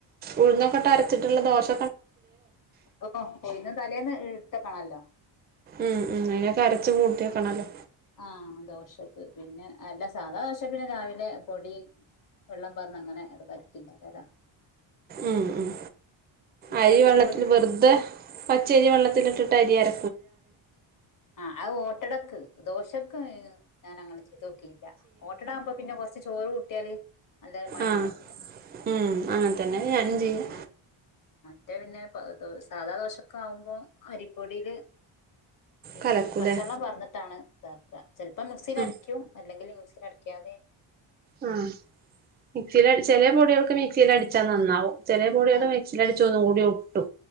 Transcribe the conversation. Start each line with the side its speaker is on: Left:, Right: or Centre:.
Right: ഉഴ്ന്നൊക്കെട്ട് അര് ച്ചിട്ടുള്ള ദോശ്
Left: ഓഹ് പോയിന്ന് തലേന്ന് <unintelligible> ത്തകണല്ലോ
Right: ഉം ഉം അയിനൊക്കെ അരച്ച് കൂട്ടിക്കണല്ലോ.
Left: ആഹ് ദോശക്ക് പിന്നെ എല്ല സാധാ ദോശ പിന്നെ രാവിലെ പൊടി വെള്ളം പാർന്നങ്ങനെ ങ്ങട് കൽകിണ്ടാക്കല.
Right: ഉം ഉം അരി
Left: പത്തിരിപ്പൊടി
Right: വെള്ളത്തില് വെർതെ പച്ചരി വെള്ളത്തില്ട്ട് ട്ടരിയര
Left: ആഹ് അത് ഓട്ടടക്ക്. ദോശക്ക് ഞാൻ അങ്ങനെ ചെയ്തോക്കീല്ല. ഓട്ടടാവടമ്പം പിന്നെ കൊർച്ച് ചോറ് കൂട്ടിയാല് നല്ല മയം
Right: ആഹ്
Left: ഉണ്ടാവും
Right: ഉം അങ്ങൻതന്നെ
Left: ആഹ്
Right: ഞാനും ചെയ്യാ.
Left: മറ്റേ പിന്നെ പ്പ അയ്ദോ സാധാ ദോശൊക്കെ ആയുമ്പോ അരിപ്പൊടിയിൽ പിന്നെ
Right: കലക്കൂലേ
Left: പച്ചെള്ളം പാർന്ന്ട്ടാണ് ഇതാ ചിലപ്പോം മിക്സിൽ
Right: ഉം,
Left: അടിക്കും അല്ലെങ്കിൽ മക്സിയിൽടും ക്കാതെ
Right: ആ മിക്സില് ചിലെ പൊടികൾക്ക് മിക്സിൽ അടിച്ചാൽ നന്നാവും ചിലെ പൊടികള്
Left: ആഹ്
Right: മിക്സിൽ അടിച്ചു ഒന്ന് കൂടി ട്ട്